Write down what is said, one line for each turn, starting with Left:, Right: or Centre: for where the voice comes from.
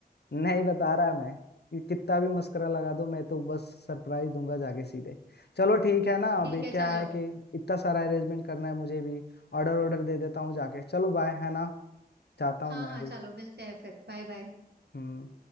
Left: नहीं बता रहा मैं कि कितना भी मस्करा लगा दो मैं तो बस सरप्राइज दूंगा जाके सीधे चलो ठीक है ना
Right: ठीक
Left: अभी
Right: है
Left: क्या
Right: चलो
Left: है कि इतना सारा अरेंजमेंट करना है मुझे भी ऑर्डर ऑर्डर दे देता हूँ जाके चलो बाय है ना जाता
Right: हाँ
Left: हूँ मैं
Right: हाँ
Left: अभी
Right: चलो मिलते हैं फिर बाय बाय
Left: हम्म